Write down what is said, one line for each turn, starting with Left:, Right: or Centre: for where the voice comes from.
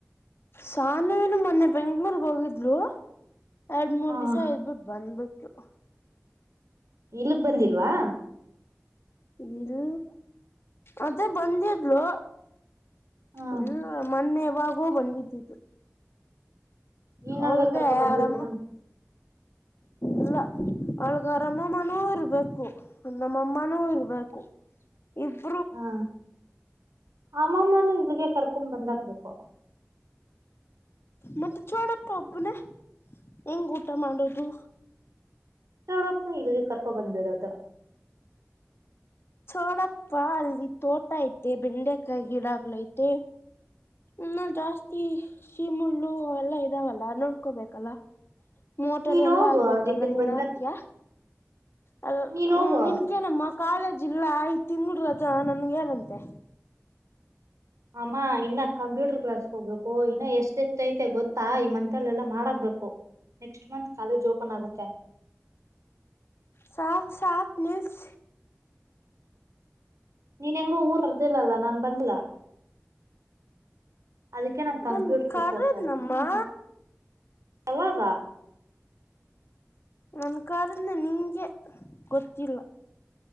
Left: ಸಾನ್ವಿನು ಮೊನ್ನೆ ಬೆಂಗ್ಳೂರ್ಗ ಹೋಗಿದ್ಲು ಯಾಡ ಮೂರ್
Right: ಹ
Left: ದಿಸ ಇದ್ದೀಬಿಟ್ಟ ಬಂದ್ಬಿಟ್ಟ <inaudible>
Right: ಇಲ್ಗ ಬಂದಿಲ್ವಾ.
Left: ಇಲ್ಲ ಅದೇ ಬಂದಿದ್ಲು.
Right: ಹ್ಮ್
Left: ಇಲ್ಲ ಮನ್ನಯವಾಗೋ ಬಂದಿದ್ದಿದ್ದು.
Right: ಈ
Left: ಹೌದ
Right: ನಡ್ವೆ ಕರ್ಕೊ ಬಂದಿದನ
Left: ಆರಾಮ. ಇಲ್ಲ ಅವಳ್ಗರಮ್ಮಮ್ಮನೂ ಇರ್ಬೇಕು ನಮ್ಮಮ್ಮನೂ ಇರ್ಬೇಕು. ಇದ್
Right: ಹಾ ಅಮ್ಮಮ್ಮನು ಇಲ್ಲಿಗೆ ಕರ್ಕೊಂಡ ಬಂದಕ್ಬೇಕು.
Left: ಮತ್ತ ಚೋಡಪ್ಪ ಒಬ್ಬನೇ ಹೆಂಗ ಊಟ ಮಾಡೋದು.
Right: ಚೊಡಪ್ಪ ಇಲ್ ಕರ್ಕೊಬಂದ ಬಿಡೋದು.
Left: ಚೋಡಪ್ಪ ಅಲ್ಲಿ ತೋಟ ಐತೆ ಬೆಂಡೆಕಾಯಿ ಗಿಡಾಗಳ ಐತೆ. ಇನ್ನು ಜಾಸ್ತಿ. ಶೀಮುಳ್ಳು ಅವೆಲ್ಲಾ ಇದಾವಲ್ಲಾ ನೋಡ್ಕೋಬೇಕಲ್ಲ. ಮೋಟರ್
Right: ನೀನ್
Left: ಎಲ್ಲ
Right: ಹೋಗು
Left: ಆಗ್ಬೇಕಲ್ಲ
Right: ಅವ್ರ ಇಲ್ಲಿಗ್
Left: ನೀನ್
Right: ಬಂದಾಗ
Left: ಅಕ್ತಿಯ ಅ
Right: ನೀನ್ ಹೋಗು
Left: ನಿನ್ ಅಕೆ ನಮ್ಮ ಕಾಲೇಜ್ ಇಲ್ಲ ಇ ತಿಂಗಳ ರಜಾ ನನ್ಗ ಏನಂತೆ
Right: ಅಮ್ಮ ಇನ್ನ ಕಂಪ್ಯೂಟರ್ ಕ್ಲಾಸ್ಗ ಹೋಗ್ಬೇಕ. ಓ ಇನ್ನ ಎಷ್ಟತ ಐತೆ ಗೊತ್ತಾ ಈ ಮಂತಲ್ಲ ಎಲ್ಲಾ ಮಾಡಕ್ಬೇಕು. ನೆಕ್ಸ್ಟ್ ಮಂತ್ ಕಾಲೇಜ್ ಓಪನ್ ಆಗುತ್ತೆ.
Left: ಸಾಕ ಸಾಕ ನಿಲ್ಸ.
Right: ನೀನ್ ಹೆಂಗೋ ಊರ್ ಅರ್ದಿಲ್ಲಲ್ಲಾ ನಾನ್ ಬಂದಲಾ ಅದಕ್ಕೆ ನಾ ಕಂಪ್ಯೂಟರ್
Left: ನನ್ ಕರದ್ನಮ್ಮ
Right: ಕ್ ಹೋಗ್ತಾರ ಯವಾಗ
Left: ನನ್ನ ಕಾರನ್ನ ನಿಂಗೆ ಗೊತ್ತಿಲ್ಲ